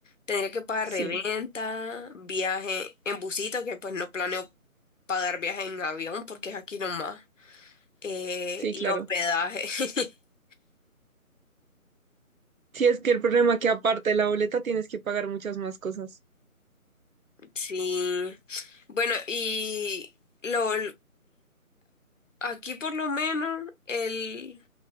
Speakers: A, on the left; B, on the right.
A: tendría que pagar
B: Sí,
A: reventa, viaje en busito, que pues no planeo pagar viaje en avión porque es aquí nomás, eh,
B: sí,
A: y
B: claro.
A: hospedaje. <laughs>
B: Sí, es que el problema es que aparte de la boleta tienes que pagar muchas más cosas.
A: Sí. Bueno, y lo aquí por lo menos el